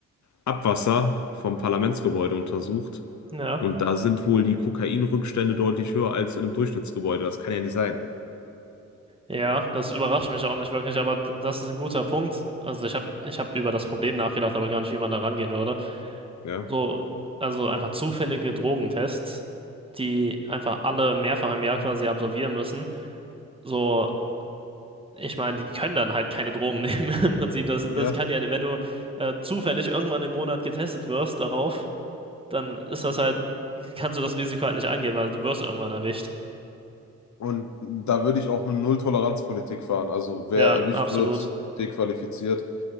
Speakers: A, on the left; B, on the right.
A: Abwasser vom Parlamentsgebäude untersucht
B: ja.
A: und da sind wohl die Kokainrückstände deutlich höher als in einem Durchschnittsgebäude. Das kann ja nicht sein.
B: Ja, das überrascht mich auch nicht wirklich, aber d- das ist ein guter Punkt. Also ich habe ich hab über das Problem nachgedacht, aber gar nicht, wie man da rangehen würde.
A: Ja.
B: So, also einfach zufällige Drogentests, die einfach alle mehrfach im Jahr quasi absolvieren müssen. So, ich meine, die können dann halt keine Drogen <laughs> nehmen im Prinzip. Das, das
A: Ja.
B: kann ja, wenn du äh, zufällig irgendwann im Monat getestet wirst darauf, dann ist das halt, kannst du das Risiko halt nicht angehen, weil du wirst irgendwann erwischt.
A: Und da würde ich auch eine Null-Toleranz-Politik fahren. Also wer
B: Ja,
A: erwischt
B: absolut.
A: wird, dequalifiziert.